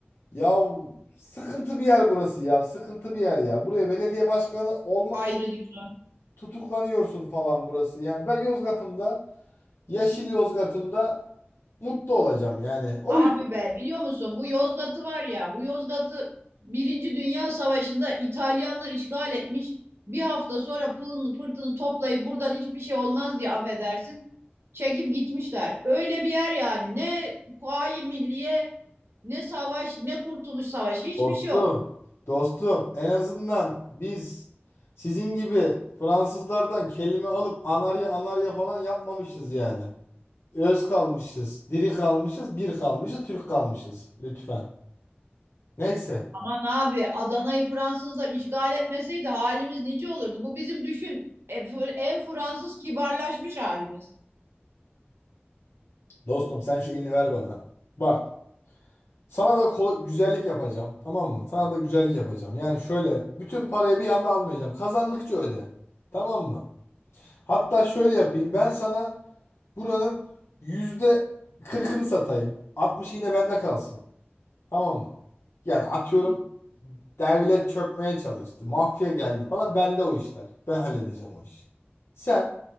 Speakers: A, on the left; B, on the right.
A: Ya sıkıntı bir yer burası ya sıkıntı bir yer ya. Buraya belediye başkanı olmak
B: Ayrı
A: için
B: diyorsun.
A: tutuklanıyorsun falan burası. Yani ben Yozgat'ımda yeşil Yozgat'ımda mutlu olacağım yani. O
B: Abi
A: yüzden.
B: be biliyor musun bu Yozgat'ı var ya bu Yozgat'ı Birinci Dünya Savaşı'nda İtalyanlar işgal etmiş. Bir hafta sonra pılını pırtını toplayıp buradan hiçbir şey olmaz diye affedersin. Çekip gitmişler. Öyle bir yer yani ne Kuvayi Milliye ne savaş ne Kurtuluş Savaşı hiçbir
A: Dostum,
B: şey yok.
A: dostum en azından biz sizin gibi Fransızlardan kelime alıp anarya anarya falan yapmamışız yani. Öz kalmışız, diri kalmışız, bir kalmışız, Türk kalmışız. Lütfen. Neyse.
B: Aman abi Adana'yı Fransızlar işgal etmeseydi halimiz nice olurdu. Bu bizim düşün e, Fr- en Fransız kibarlaşmış halimiz.
A: Dostum sen şu elini ver bana. Bak, sana da kol- güzellik yapacağım. Tamam mı? Sana da güzellik yapacağım. Yani şöyle bütün parayı bir anda almayacağım. Kazandıkça öde. Tamam mı? Hatta şöyle yapayım. Ben sana Buranın yüzde 40'ını satayım. 60 yine bende kalsın. Tamam mı? Yani atıyorum
B: Hı
A: devlet çökmeye çalıştı. Mafya geldi falan. Bende o işler. Ben halledeceğim o işi. Sen